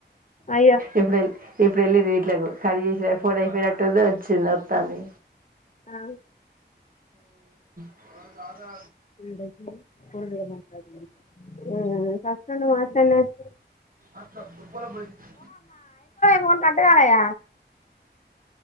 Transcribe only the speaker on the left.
అయ్యో
ఆ
<unintelligible> ఆ స్పష్టంగా మాట్లాడిన స
ఫోన్ కట్ కలెగ